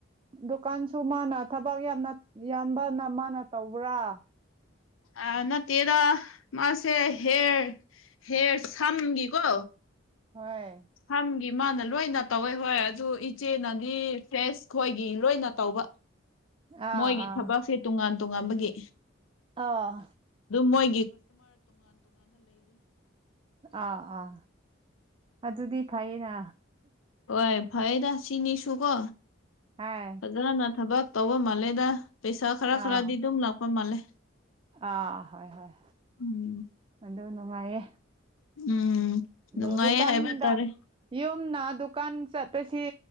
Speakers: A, on the right; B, on the left.
A: ꯗꯨꯀꯥꯟꯁꯨ ꯃꯥꯅ ꯊꯕꯛ ꯌꯥꯝꯅ ꯏ ꯌꯥꯝꯕꯅ ꯃꯥꯅ ꯇꯧꯕ꯭ꯔꯥ
B: ꯑ ꯅꯠꯇꯦꯗ ꯃꯥꯁꯦ ꯍꯦꯔ ꯍꯦꯔ ꯁꯝꯒꯤꯀꯣ
A: ꯍꯣꯏ
B: ꯁꯝꯒꯤ ꯃꯥꯅ ꯂꯣꯏꯅ ꯇꯧꯋꯦ ꯍꯣꯏ ꯑꯗꯨ ꯏꯆꯦꯅꯗꯤ ꯐ꯭ꯔꯦꯁ ꯈꯣꯏꯒꯤ ꯂꯣꯏꯅ ꯇꯧꯕ
A: ꯑꯥ
B: ꯃꯣꯏꯒꯤ
A: ꯑꯥ
B: ꯊꯕꯛꯁꯦ ꯇꯣꯉꯥꯟ ꯇꯣꯉꯥꯟꯕꯒꯤ
A: ꯑꯥ
B: ꯃꯣꯏ
A: ꯑꯥ ꯑꯥ ꯑꯗꯨꯗꯤ ꯐꯩꯌꯦꯅ
B: ꯍꯣꯏ ꯐꯩꯗ ꯁꯤꯅꯤꯁꯨꯀꯣ
A: ꯍꯥꯏ
B: ꯐꯖꯅ ꯊꯕꯛ ꯇꯧꯕ ꯃꯥꯜꯂꯦꯗ ꯄꯩꯁꯥ ꯈꯔ
A: ꯑꯥ
B: ꯈꯔꯗꯤ ꯑꯗꯨꯝ ꯂꯥꯛꯄ ꯃꯥꯜꯂꯦ
A: ꯑꯥ ꯍꯣꯏ ꯍꯣꯏ
B: ꯎꯝ
A: ꯑꯗꯨ ꯅꯨꯡꯉꯥꯏꯌꯦ
B: ꯎꯝ
A: ꯑꯗꯨ
B: ꯅꯨꯡꯉꯥꯏꯌꯦ
A: ꯗꯨꯀꯥꯟꯗ
B: ꯍꯥꯏꯕ ꯇꯥꯔꯦ
A: ꯌꯨꯝꯅ ꯗꯨꯀꯥꯟ ꯆꯠꯄꯁꯤ